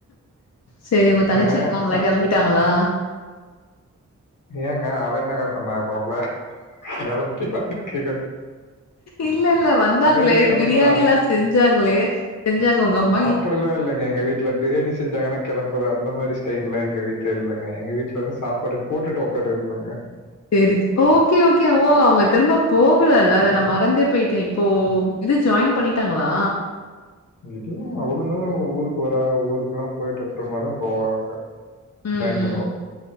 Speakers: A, on the left (about 60°); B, on the left (about 85°).
A: செரி உங்க தங்கச்சி
B: ஏ
A: இருக்காங்களா
B: அ
A: கிளம்பிட்டாங்களா
B: ஏங்க அவ என்னங்க பண்ணா இப்ப உங்கள கெலம்பிட்டியானு கேக்கற
A: இல்ல இல்ல வந்தாங்களே
B: எதுக்கு கிளம்புறா?
A: பிரியாணி எல்லா செஞ்சாங்களே செஞ்சாங்க உங்க அம்
B: அப்படில்லா இல்லெங்க எங்க வீட்டுல பிரியாணி செஞ்சாங்கன்னா கெளம்புற அந்த மாதிரி ஸ்டைல் ல்லா எங்க வீட்டுல இல்லங்க எங்க வீட்டுல வந்து சாப்பாடு போட்டுட்டு உக்காரு வப் போங்க
A: செரி ஓகே ஓகேஓ அவங்க திரும்ப போகலல்ல அத நா மறந்தே போயிட்டே இப் போ இது ஜாய்ன் பண்ணிட்டாங்களா
B: இல்ல அவ்ளுன்னா ஊருக்கு வரா ஊருக்கெல்லா போயிட்டு அப்புறமா தா போவாங்க
A: ம்
B: பயன்பண்ணவர்
A: ம்